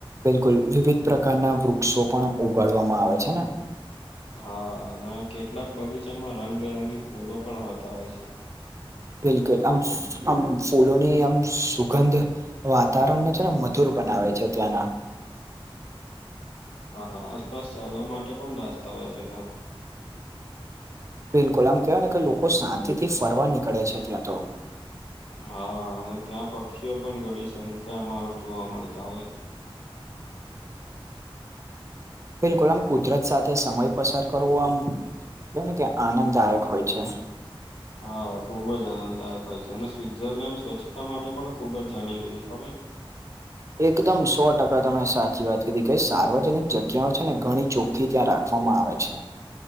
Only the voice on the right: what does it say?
બિલકુલ, વિવિધ પ્રકારનાં વૃક્ષો પણ ઉગાડવામાં આવે છે ને?
બિલકુલ, ફૂ આમ આમ ફૂલોની આમ સુગંધ વાતાવરણને છે ને મધુર બનાવે છે ત્યાંના.
બિલકુલ આમ કેવાય ને કે લોકો શાંતિથી ફરવા નીકળે છે ત્યાં તો.
બિલકુલ આમ કુદરત સાથે સમય પસાર કરવો આમ કેવાય ને કે આનંદદાયક હોય છે.
એકદમ સો ટકા તમે સાચી વાત કીધી કઈ સાર્વજનિક જગ્યાઓ છે ને ઘણી ચોખ્ ખી ત્યાં રાખવામાં આવે છે.